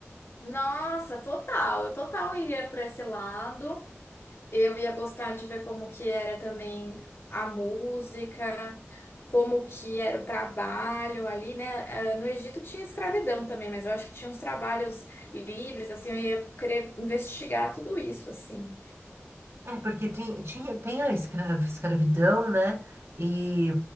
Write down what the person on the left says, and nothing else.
Nossa, total, eu total iria por esse lado. Eu ia gostar de ver como que era também a música, como que era o trabalho ali, né? Ah, No Egito tinha escravidão também, mas eu acho que tinha uns trabalhos livres, assim, eu ia querer investigar tudo isso, assim.